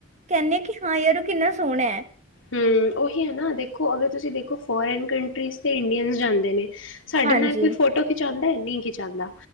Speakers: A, on the right; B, on the left.
A: <unintelligible> ਹਾਂ ਯਾਰ ਕਿੰਨਾ ਸੋਹਣਾ ਹੈ।
B: ਹੁੰ, ਉਹੀ ਹੈ ਨਾ ਦੇਖੋ ਅਗਰ ਤੁਸੀਂ ਦੇਖੋ ਫੋਰਨ ਕੰਟਰੀਜ਼ ਤੇ ਇੰਡੀਅਨ ਜਾਂਦੇ ਨੇ। ਸਾਡੇ
A: ਹਾਂਜੀ
B: ਨਾਲ ਕੋਈ ਫੋਟੋ ਖਿਚਾਉਂਦਾ ਹੈ। ਚਾਂਦਾ,